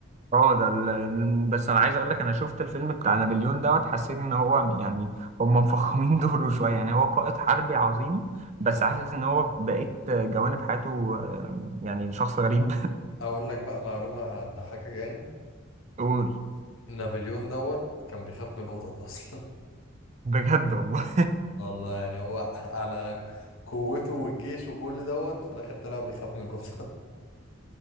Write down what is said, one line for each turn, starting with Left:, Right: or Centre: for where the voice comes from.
Right: اه ده ال... ال- بس انا عايز اقول لك انا شفت الفيلم بتاع نابليون دوت حسيت ان هو يعني هم مفخمين <laughs> دوره شويه يعني هو قائد حربي عظيم بس حاسس ان هو بقيت جوانب حياته آه، يعني شخص غريب
Left: اقول لك بقى معلومة هتضحكك يعني
Right: <laughs> قول
Left: نابليون دوت كان بيخاف من القطط اصلا
Right: بجد والله
Left: <laughs> والله يعني هو على قوته والجيش وكل دوت في الاخر طلع بيخاف من القطط <laughs>